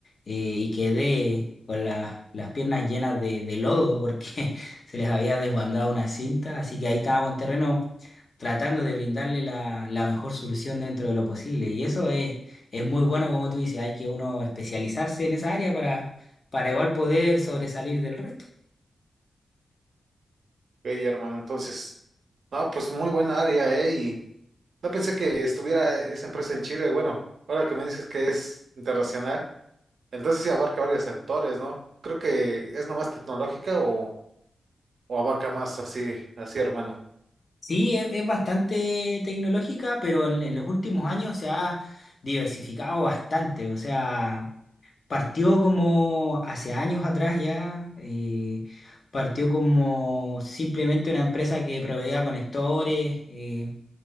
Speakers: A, on the left; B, on the right.
A: eh, y quedé con la- las piernas llenas de, de lodo porque <laughs> se les había desbandado una cinta, así que ahí estábamos en terreno tratando de brindarle la, la mejor solución dentro de lo posible. Y eso es, es muy bueno, como tú dices, hay que uno especializarse en esa área para, para igual poder sobresalir del resto.
B: Hey, hermano, entonces, no, pues muy buena área, ¿eh? Y no pensé que estuviera esa empresa en Chile. Bueno, ahora que me dices que es internacional, entonces sí abarca varios sectores, ¿no? Creo que es nomás tecnológica o, o abarca más así, así, hermano.
A: Sí, es, es bastante tecnológica, pero en, en los últimos años se ha diversificado bastante. O sea, partió como hace años atrás ya, eh, partió como simplemente una empresa que proveía conectores. eh,